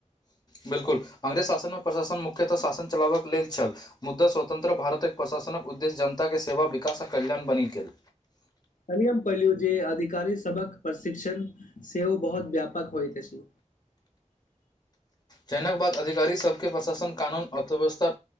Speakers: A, on the left; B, on the left.
A: बिल्कुल अंग्रेज शासन मे प्रशासन मुख्यतः शासन चलाबक लेल छल मुद्दा स्वतंत्र भारतक एक प्रशासनक उद्देश्य जनता के सेवा विकास आ कल्यण बनी गेल
B: कल्हि हम पहिलू जे अधिकारी सबक प्रशिक्षण सेहो बहुत व्यापक होइत अछि
A: चयनक बाद अधिकारीसबके प्रशासन कानून अर्थव्यवस्था